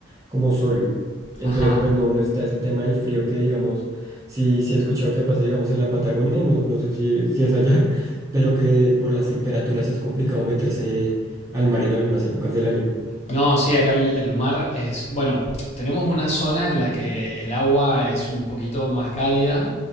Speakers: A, on the right (about 15°); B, on the left (about 35°).
A: como sol. Entonces,
B: ajá.
A: pues no, no está ese tema del frío que digamos, si, si he escuchado que pasa, digamos, en la Patagonia, no, no sé si, si es allá, <laughs> pero que por las temperaturas es complicado meterse al mar en algunas épocas del año.
B: No, sí, acá el, el mar es, bueno, tenemos una zona en la que el agua es un poquito más cálida,